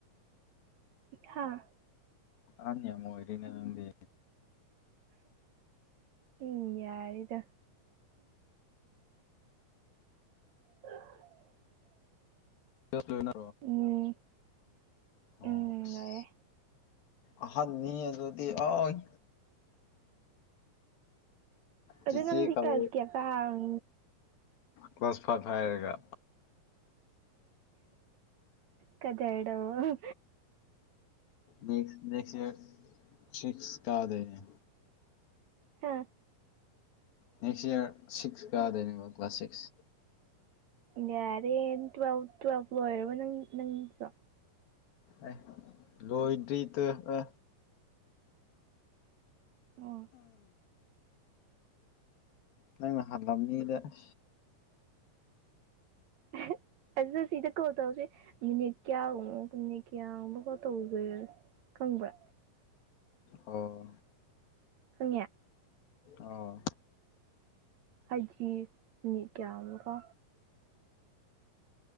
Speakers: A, on the right; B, on the left.
A: ꯍꯥꯥ
B: ꯑꯍꯟ ꯌꯥꯝ ꯑꯣꯏꯔꯦꯅ ꯅꯪꯗꯤ
A: ꯎꯝ ꯌꯥꯔ‍ꯦꯗ <unintelligible>
B: <inaudible>
A: ꯎꯝ
B: ꯑꯣ
A: ꯎꯝ
B: ꯑꯁ
A: ꯂꯣꯏꯔꯦ
B: ꯑꯍꯟꯅꯤ ꯑꯗꯨꯗꯤ ꯑꯠ
A: ꯑꯗꯨ
B: ꯆꯤꯆꯦ
A: ꯅꯪꯗꯤ
B: ꯀꯧ
A: ꯀꯂꯥꯁ ꯀꯌꯥ ꯀꯥꯔꯕ
B: ꯀ꯭ꯂꯥꯁ ꯐꯥꯏꯚ ꯍꯥꯏꯔꯒ
A: ꯀꯗ꯭ꯔ ꯇꯧꯋ‌ꯣ
B: ꯅꯦꯛꯁ ꯅꯦꯛꯁ ꯌꯔ ꯁꯤꯛꯁ ꯀꯗ‌ꯣꯏꯅ‌ꯦ
A: ꯍꯥꯥ
B: ꯅꯦꯛꯁ ꯏꯌꯥꯔ ꯁꯤꯛꯁ ꯀꯥꯗꯣꯏꯅꯦꯕꯣ class six
A: year twelve twelve ꯂ‌ꯣꯏꯔꯕ ꯅꯪ ꯅꯪꯁꯨ
B: ꯑꯦ ꯂꯣꯏꯗ꯭ꯔꯤꯗ ꯑ
A: ꯑꯣ
B: ꯅꯪꯅ ꯍꯥꯜꯂꯝꯅꯤꯗ ꯑꯁ
A: ꯑꯍꯦ ꯑꯗꯨ ꯁꯤꯗ ꯀꯣꯜ ꯇꯧꯁꯦ ꯃꯤꯅꯤꯠ ꯀ꯭ꯌꯥꯒꯨꯝꯕ ꯃꯤꯅꯤꯠ ꯀꯌꯥ ꯃꯨꯛꯀ ꯇꯧꯗꯣꯏꯔ ꯈꯪꯕ꯭ꯔꯥ
B: ꯑꯥ
A: ꯈꯪꯌꯥ
B: ꯑꯥ
A: ꯑꯩꯒꯤ ꯃꯤꯅꯤꯠ ꯀꯌꯥꯔꯀꯣ